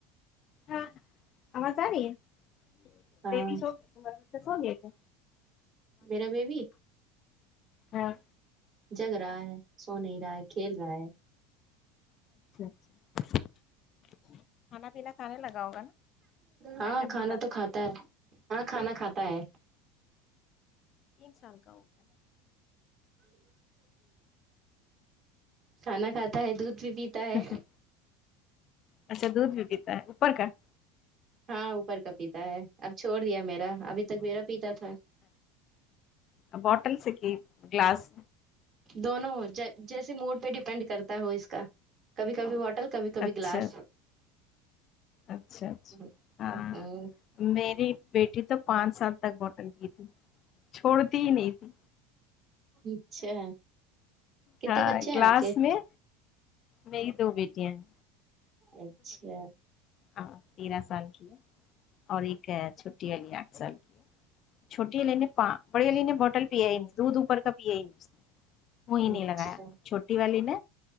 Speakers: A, on the left (about 45°); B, on the right (about 45°).
A: ہاں آواز آرہی ہے
B: ہاں
A: <unintelligible> سو گئے کیا
B: میرا بیبی
A: ہاں
B: جگ رہا ہے سو نہیں رہا ہے کھیل رہا ہے
A: <unintelligible> کھانا پینا کھانے لگا ہوگا نا
B: ہاں
A: رینڈملی
B: کھانا
A: بات
B: تو
A: کرتے
B: کھاتا
A: ہیں
B: ہے ہاں کھانا کھاتا ہے
A: تین سال ہو گیا
B: کھانا کھاتا ہے دودھ بی پیتا ہے
A: نا اچھا دودھ بھی پیتا ہے <unintelligible>
B: ہاں اوپر کا پیتا ہے اب چھوڑ دیا میرا ابھی تک میرا پیتا تھا
A: بوٹل سے ہی کلاس
B: دونوں ہو جیسے موڈ پہ ڈیپینڈ کرتا ہے ہو اس کا کبھی کبھی بوتل کبھی کبھی
A: اچھا
B: گلاس
A: اچھا اچھا
B: ہم،
A: ہاں میری بیٹھی تو پانچ سال تک بوٹل پیتی تھی چھوڑتی ہی نہیں تھی
B: اچھا کتنے
A: ہاں
B: بچے ہیں
A: گلاس
B: آپ کے
A: میں میری دو بیٹیاں ہیں
B: اچھا
A: ہاں تیرہ سال کی ہے اور ایک چھٹی والی آٹھ سال کی ہے چھوٹی علی نے بڑی علی نے بہ ٹل پیا ہی نہیں دودھ اوپر کا پیا ہی نہیں اس نے وہی نہیں
B: اچھا
A: لگایا چھوٹی والی نے